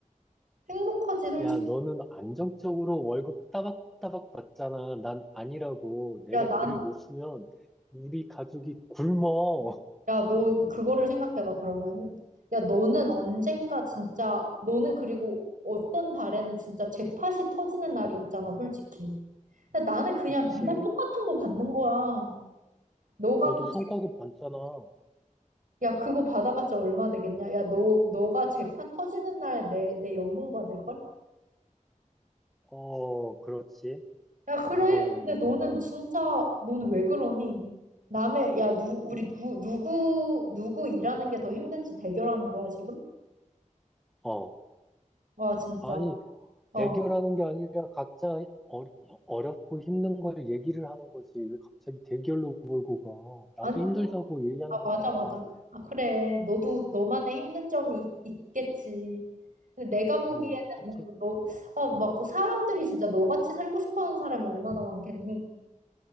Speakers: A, on the right; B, in the centre.
A: 행복하지, 솔직히.
B: 야, 너는 안정적으로 월급 따박따박 받잖아. 난 아니라고. 내가
A: 야, 난,
B: 글을 못 쓰면 우리 가족이 굶어.
A: 야, 너 그거를 생각해봐, 그러면은. 야, 너는 언젠가 진짜, 너는 그리고 어떤 달에는 진짜 잭팟이 터지는 날이 있잖아, 솔직히. 근데 나는 그냥
B: <laughs> 그렇지?
A: 맨날 똑같은 거 받는 거야. 너가,
B: 너도
A: 그-
B: 성과급 받잖아.
A: 야, 그거 받아봤자 얼마 되겠냐? 야, 너, 너가 잭팟 터지는 날 내, 내 연봉 받을걸?
B: 어, 그렇지.
A: 야, 그래.
B: 그거는,
A: 근데 너는 진짜, 너는 왜 그러니? 남의, 야, 누, 우리
B: 음,
A: 누, 누구, 누구 일하는 게 더 힘든지 대결하는 거야, 지금?
B: 어.
A: 와, 진짜.
B: 아니,
A: 어.
B: 대결하는 게 아니라 각자 어, 어렵고 힘든 걸 얘기를 하는 거지. 왜 갑자기 대결로 몰고 가?
A: 아니
B: 나도 힘들다고 얘기하는
A: 아,
B: 거잖아.
A: 맞아, 맞아. 아, 그래. 너도 너만의 힘든 점이 있, 겠지 근데 내가 보기에는
B: 음, 갑자기
A: 막 너, 아, 막그 사람들이 진짜 너같이 살고 싶어 하는 사람이 얼마나 많겠니?